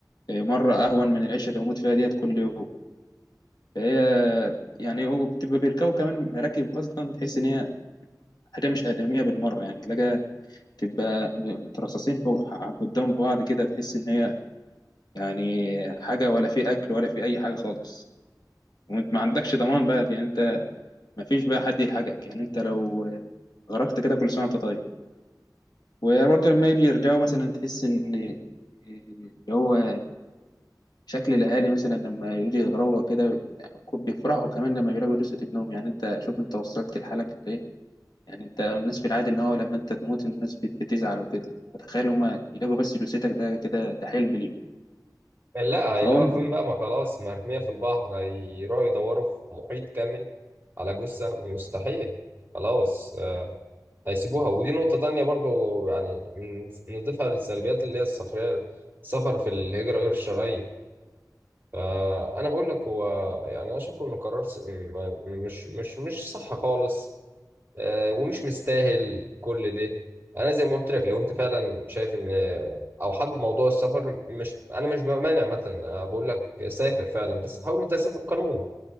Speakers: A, on the left; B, on the right.
A: آه، مرة اهون من العيشة اللي بموت فيها ديت كل يوم فهي يعني هو بتبقى بيركبوا كمان مراكب اصلا تحس ان هي حاجة مش آدمية بالمرة يعني تلاقيها تبقى مترصصين فوق قدام بعض كده تحس ان هي يعني حاجة ولا في اكل ولا في اي حاجة خالص وانت ما عندكش ضمان بقى يعني انت ما فيش بقى حد يلحقك يعني انت لو غرقت كده كل سنة وانت طيب وبرضه لما يجي يرجعوا مثلا تحس ان آه، اللي هو شكل الاهالي مثلا لما يجي يغروا كده يعني بيفرحوا كمان لما بيلاقوا جثه ابنهم يعني انت شوف انت وصلت لحالك لايه يعني انت الناس في العادي ان هو لما انت تموت الناس بت- بتزعل وكده فتخيل هما يلاقوا بس جثتك ده كده ده حلم ليهم
B: لا
A: فهو
B: هيلاقوها فين بقى ما خلاص مرميه في البحر هيروحوا يدوروا في محيط كامل على جثه مستحيل خلاص آه، هيسيبوها ودي نقطه تانية برضو يعني من- نضيفها للسلبيات اللي هي السفريه السفر في الهجره غير الشرعيه فانا بقول لك هو يعني انا شايفه انه قرار س- م- مش مش مش صح خالص آه، ومش مستاهل كل ده انا زي ما قلت لك لو انت فعلا شايف ان او حابب موضوع السفر مش انا مش بمانع مثلا أنا بقول لك سافر فعلا بس حاول انت تسافر قانوني